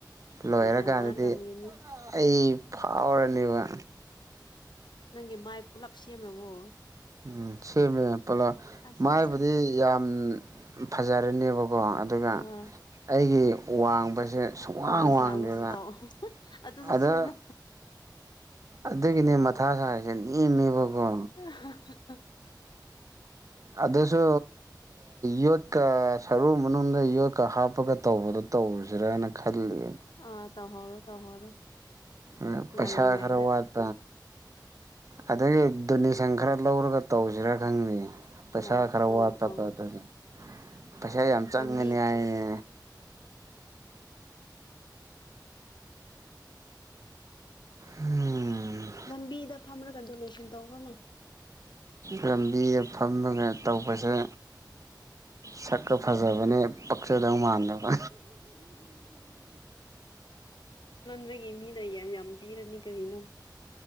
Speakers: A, on the right; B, on the left.
A: ꯂꯣꯏꯔꯀꯥꯟꯗꯗꯤ
B: ꯑ ꯋꯥꯠꯂꯝꯒꯅꯤ
A: ꯑꯩ ꯐꯥꯎꯔꯅꯦꯕ
B: ꯅꯪꯒꯤ ꯃꯥꯏ ꯄꯨꯂꯞ ꯁꯦꯝꯂꯕꯣ
A: ꯎꯝ ꯁꯦꯝꯃꯦ ꯄꯜꯂꯞ
B: ꯑꯁ
A: ꯃꯥꯏꯕꯨꯗꯤ
B: ꯑꯁ ꯑꯁ
A: ꯌꯥꯝ ꯐꯖꯔꯅꯦꯕꯀꯣ ꯀꯣ ꯑꯗꯨꯒ
B: ꯑꯥ
A: ꯑꯩꯒꯤ ꯋꯥꯡꯕꯁꯦ ꯁꯨꯡꯋꯥꯡ
B: ꯋꯥꯡ
A: ꯋꯥꯡꯗꯦꯕ
B: ꯁꯥꯡꯕꯁꯨ ꯇꯧꯑꯣ ꯑꯗꯨꯁꯨ
A: ꯑꯗ
B: ꯁꯦꯝꯃꯣ
A: ꯑꯗꯨꯒꯤꯅꯦ ꯃꯊꯥ ꯁꯥꯔꯤꯁꯦ ꯅꯦꯝꯃꯦꯕꯀꯣ
B: <unintelligible>
A: ꯑꯗꯨꯁꯨ ꯌꯣꯠꯀ ꯁꯔꯨ ꯃꯅꯨꯡꯗ ꯌꯣꯠꯀ ꯍꯥꯞꯄꯒ ꯇꯧꯕꯗꯣ ꯇꯧꯔꯨꯁꯤꯔꯥꯅ ꯈꯜꯂꯤ
B: ꯑꯥ ꯇꯧꯍꯧꯔꯣ ꯇꯧꯍꯧꯔꯣ
A: ꯑ ꯄꯩꯁꯥ
B: ꯉꯜꯂꯤꯉꯩꯗ
A: ꯈꯔ ꯋꯥꯠ ꯑꯗꯨꯒꯤ ꯗꯣꯅꯦꯁꯟ ꯈꯔ ꯂꯧꯔꯒ ꯇꯧꯖꯤꯔꯥ ꯈꯜꯂꯤꯌꯦ꯫ ꯄꯩꯁꯥ
B: ꯑꯣ
A: ꯈꯔ
B: ꯑꯣ
A: ꯋꯥꯠꯇꯕꯗꯒꯤ
B: ꯑꯣ
A: ꯄꯩꯁꯥ ꯌꯥꯝ ꯆꯪꯒꯅꯤ
B: ꯂꯝꯕꯤ
A: ꯍꯥꯏꯌꯦ ꯎꯝ
B: ꯂꯝꯕꯤꯗ ꯐꯝꯔꯒ ꯗꯣꯅꯦꯁꯟ ꯇꯧꯔꯣꯅꯦ
A: ꯂꯝꯕꯤꯗ ꯐꯝꯃꯒ ꯇꯧꯕꯁꯦ ꯁꯛꯀ ꯐꯖꯕꯅꯦ ꯄꯛꯆꯗꯧ ꯃꯥꯟꯗꯕ
B: ꯃꯤꯒꯤ ꯃꯤ ꯅ ꯌꯥꯝ ꯌꯥꯝ ꯄꯤꯔꯅꯤ ꯀꯔꯤꯅꯣ꯫